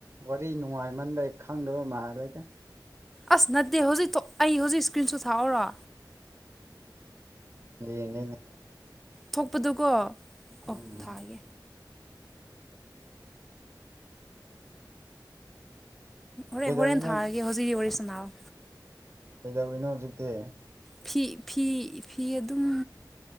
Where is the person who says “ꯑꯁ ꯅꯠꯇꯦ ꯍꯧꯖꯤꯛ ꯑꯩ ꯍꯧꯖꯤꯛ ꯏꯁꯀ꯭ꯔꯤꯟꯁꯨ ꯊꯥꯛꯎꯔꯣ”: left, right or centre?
Centre